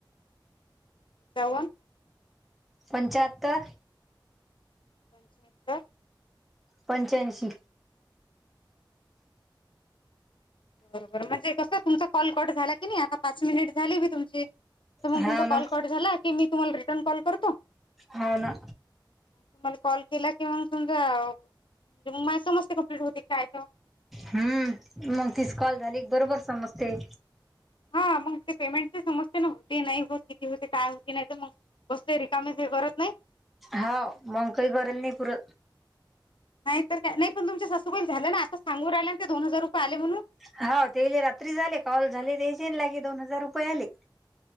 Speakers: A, on the left (about 80°); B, in the centre.
A: सेवन.
B: पंच्याहत्तर,
A: पंच्याहत्तर
B: पंच्याऐंशी.
A: बरोबर म्हणजे कसं तुमचा कॉल कट झाला की नाही आता पाच मिनिट झाली मी तुमची. तर मग
B: हाव
A: तुमचा
B: ना
A: कॉल कट झाला की मी तुम्हाला रिटर्न कॉल करतो.
B: ह ना.
A: तुम्हाला कॉल केला कि मग समजा म्हणजे मग माझ समस्त कमप्लीट होते कायच.
B: हम्म मग तिस कॉल झाली की बरोबर समजते.
A: हा मग ते पेमेंटचे समजते न नाही होत किती होते काय होती नाही तर मग, बसते रिकामे ते करत नाही.
B: हा मग काही कल नाही पुर
A: नाही तर नाही पण तुमच्या ससुगल झालं ना आ सांग राहिलं ना ते दोन हजार रुपय आले म्हणून.
B: हा ते रात्री झाले कॉल झाले ते लागे दोन हजार रुपये आले.